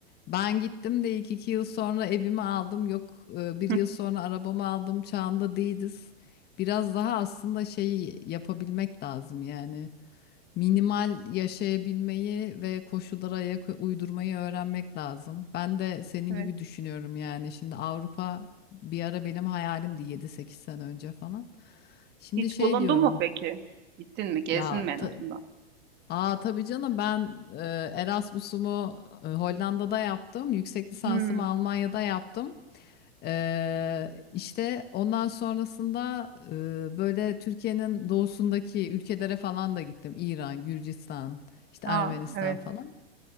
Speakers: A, on the left; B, on the right.
A: ben gittim de ilk iki yıl sonra evimi aldım. Yok e, bir
B: Hı,
A: yıl sonra arabamı aldım çağında değiliz. Biraz daha aslında şeyi yapabilmek lazım yani. Minimal yaşayabilmeyi ve koşullara ayak uydurmayı öğrenmek lazım. Ben de senin
B: Evet.
A: gibi düşünüyorum yani. Şimdi Avrupa bir ara benim hayalimdi yedi sekiz sene önce falan. Şimdi
B: Hiç
A: şey
B: bulundun
A: diyorum
B: mu peki? Gittin mi? Gezdin
A: ya
B: mi en
A: ta,
B: azından?
A: aa tabii canım ben e, Erasmus'umu e, Hollanda'da yaptım. Yüksek lisansımı
B: Hmm.
A: Almanya'da yaptım. Eee işte ondan sonrasında eee, böyle Türkiye'nin doğusundaki ülkelere falan da gittim. İran, Gürcistan, işte
B: Ha,
A: Ermenistan
B: evet.
A: falan.